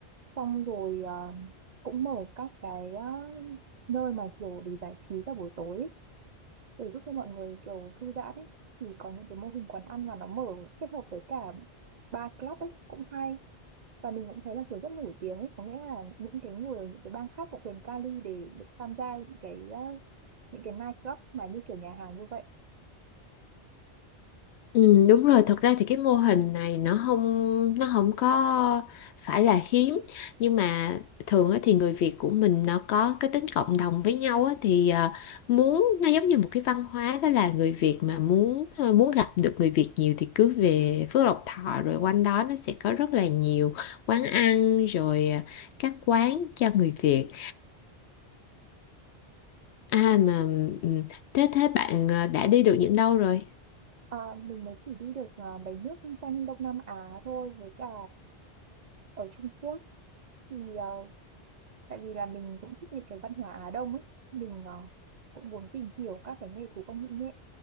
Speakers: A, on the right; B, on the left.
A: xong rồi ờ, cũng mở các cái ờ, nơi mà kiểu để giải trí vào buổi tối ấy. để giúp cho mọi người kiểu thư giãn ấy thì có những cái mô hình quán ăn mà nó mở kết hợp với cả bar club ấy cũng hay và mình cũng thấy là kiểu rất nổi tiếng ấy có nghĩa là những cái người những cái bang khác của quyền Cali để được tham gia những cái ờ, những cái night club mà như kiểu nhà hàng như vậy
B: Ừ, đúng rồi thật ra thì cái mô hình này nó không nó không có phải là hiếm nhưng mà thường á, thì người Việt của mình nó có cái tính cộng đồng với nhau á, thì à, muốn nó giống như một cái văn hóa đó là người Việt mà muốn à, muốn gặp được người Việt nhiều thì cứ về Phước Lộc Thọ rồi quanh đó nó sẽ có rất là nhiều quán ăn rồi à, các quán cho người Việt à mà ừ, thế thế bạn à, đã đi được những đâu rồi
A: Ờ, mình mới chỉ đi được ờ, mấy nước quanh Đông Nam Á thôi với cả ở Trung Quốc thì ờ, tại vì là mình cũng thích những cái văn hóa Á Đông ấy mình ờ, cũng muốn tìm hiểu các cái nghề thủ công mỹ nghệ